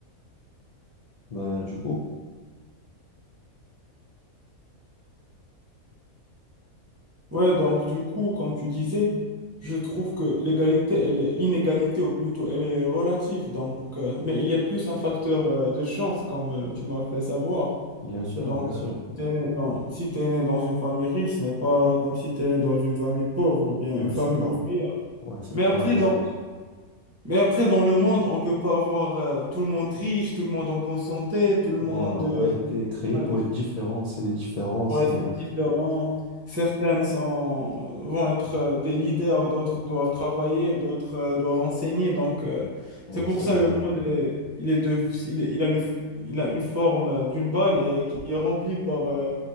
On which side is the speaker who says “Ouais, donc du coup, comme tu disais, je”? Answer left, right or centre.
Right